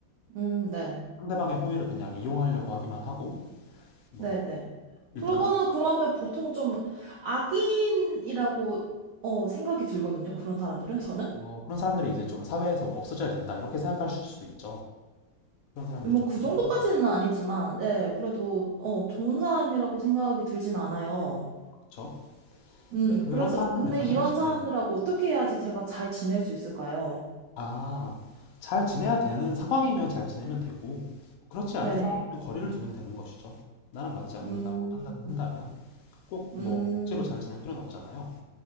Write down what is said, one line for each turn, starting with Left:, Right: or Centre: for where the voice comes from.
Right: 음, 네,
Left: 상대방의 호의를 그냥 이용하려고 하기만 하고, 뭐,
Right: 네, 네.
Left: 일단,
Right: 그거는 그러면 보통 좀 악인이라고, 어, 생각이 들거든요. 그런 사람들은 저는.
Left: 뭐, 그런 사람들이 이제 좀 사회에서 뭐 없어져야 된다, 이렇게 생각하실 수도 있죠. 그런 사람들이
Right: 뭐
Left: 좀
Right: 그
Left: 나쁜
Right: 정도까지는
Left: 사람들이고,
Right: 아니지만, 네, 그래도 어 좋은 사람이라고 생각이 들진 않아요.
Left: 그렇죠?
Right: 음,
Left: 근데 그렇다는
Right: 그래서 근데
Left: 약간
Right: 이런
Left: 현실,
Right: 사람들하고
Left: 네.
Right: 어떻게 해야지 제가 잘 지낼 수 있을까요?
Left: 아, 잘 지내야 되는 상황이면 잘 지내면 되고, 그렇지
Right: 네,
Left: 않은 상황이면 거리를 두면 되는 것이죠. 나랑 맞지 않는다고
Right: 음,
Left: 판단을 한다면, 꼭 뭐,
Right: 음,
Left: 억지로 잘 지낼 필요는 없잖아요.